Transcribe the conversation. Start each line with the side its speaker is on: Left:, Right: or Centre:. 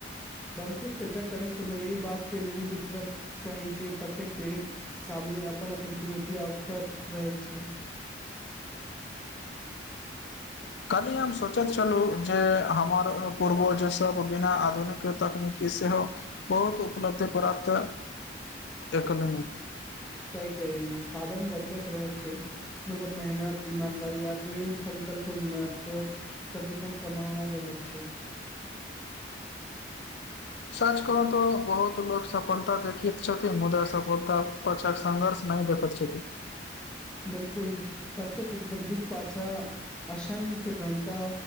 Centre: भविष्य चर्चा करे समय यही बात के नहि बिसरक चाही, जे प्रत्येक पीढ़ी सामने अपन अपन चुनौती, अवसर रहैत छै।
Left: कली हम सोचैत छलू जे, हमर पूर्वजसभ बिना आधुनिक तकनीकी सेहो बहुत उपलब्धि प्राप्त एकल।
Centre: सही कहि देलियै, साधन बदलैत रहै छै, मतलब मेहनत 'इमानदारी' आदेश! संकल्प। महतत्व सदिखन, समाउल रहैत छै।
Left: सच कहु तऽ, बहुत लोक सफलता देखैत छथिन, मुदा सफलता पाछाक संघर्ष नहि देखैत छथिन।
Centre: 'बिलकुल'प्रत्येक उपलब्धिक पाच अच्छ! असंख्य घटना,